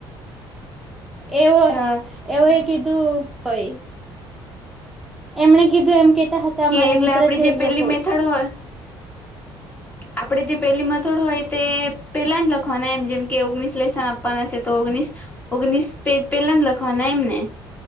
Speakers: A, on the left; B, in the centre.
A: <unintelligible>
B: એવો
A: હા
B: એવ કીધું હોય. એમણે કીધું એમ કેતા હતા
A: કે
B: અમારા
A: એટલે
B: મિત્ર
A: આપડી
B: છે
A: જે
B: એ
A: પેલી
B: લોકો
A: મેથડ હોય આપણેે જે પેલી મથડ હોય તે પેલા જ લખવાના એમ જેમ કે ઓગણીસ લેશન આપવાના છે તો ઓગણીસ ઓગણીસ પ પહેલાંના જ લખવાના એમ ને